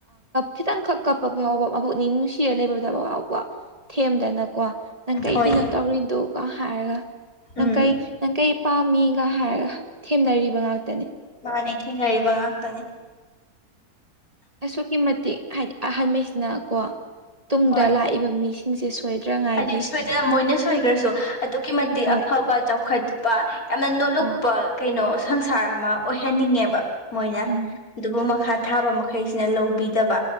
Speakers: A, on the right (about 25°); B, on the left (about 65°).
A: ꯈꯤꯇꯪꯈꯛ ꯀꯞꯄ ꯐꯥꯎꯕ ꯃꯕꯨꯛꯅꯤꯡ ꯅꯨꯡꯁꯤꯔ ꯂꯩꯕꯗꯕ ꯍꯥꯎꯕ ꯊꯦꯝꯗꯅꯀꯣ ꯅꯪ ꯀꯩꯒꯤꯅꯣ
B: ꯍꯣꯏ
A: ꯇꯧꯔꯤꯗꯣꯒ ꯍꯥꯏꯔꯒ ꯅꯪ
B: ꯎꯝ
A: ꯀꯩ ꯅꯪ ꯀꯩ ꯄꯥꯝꯃꯤꯒ ꯍꯥꯏꯔꯒ ꯊꯦꯝꯅꯔꯤꯕ ꯉꯥꯛꯇ
B: ꯃꯥꯅꯦ ꯊꯦꯡꯅꯔꯤꯕ ꯉꯥꯛꯇꯅꯤ
A: ꯑꯁꯨꯛꯀꯤ ꯃꯇꯤꯛ ꯍꯥꯏꯗꯤ ꯑꯍꯜꯍꯥꯏꯁꯤꯅ ꯀꯣ ꯇꯨꯡꯗ
B: ꯍꯣꯏ
A: ꯂꯥꯛꯏꯕ ꯃꯤꯁꯤꯡꯁꯦ ꯁꯣꯏꯗ꯭ꯔꯉꯥꯏꯒꯤ
B: ꯍꯥꯏꯗꯤ ꯁꯣꯏꯗꯅ ꯃꯣꯏꯅ ꯁꯣꯏꯈ꯭ꯔꯁꯨ ꯑꯗꯨꯛꯀꯤ ꯃꯇꯤꯛ
A: ꯍꯣꯏ
B: ꯑꯐꯕ ꯆꯥꯎꯈꯠꯄ ꯌꯥꯝꯅ ꯅꯣꯂꯨꯛ
A: ꯑꯥ
B: ꯄ ꯀꯩꯅꯣ ꯁꯪꯁꯥꯔ ꯑꯃ ꯑꯣꯏꯍꯟꯅꯤꯡꯉꯦꯕ ꯃꯣꯏꯅ
A: ꯎꯝ
B: ꯑꯗꯨꯕꯨ ꯃꯈꯥ ꯊꯥꯕ ꯃꯈꯩꯁꯤꯅ ꯂꯧꯕꯤꯗꯕ